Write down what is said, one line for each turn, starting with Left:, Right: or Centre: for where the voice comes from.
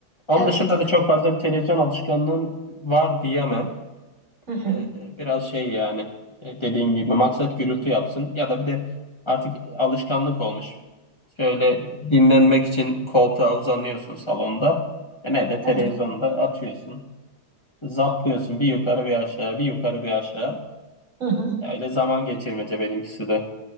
Left: Onun
Right: Evet.
Left: dışında da çok fazla bir televizyon alışkanlığım var diyemem.
Right: Hı hı,
Left: Ee, biraz şey yani e, dediğim gibi maksat gürültü yapsın ya da bir de artık alışkanlık olmuş. Şöyle dinlenmek için koltuğa uzanıyorsun salonda. E ne de televizyonda
Right: hı hı,
Left: atıyorsun. Zaplıyorsun bir yukarı bir aşağı, bir yukarı bir aşağı.
Right: hı hı.
Left: Öyle zaman geçirmece benimkisi de.